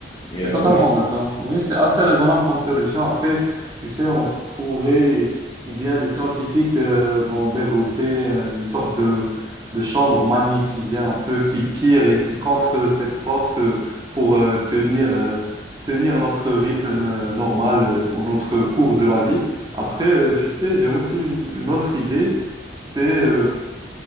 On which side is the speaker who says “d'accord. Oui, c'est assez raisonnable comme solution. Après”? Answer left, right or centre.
Right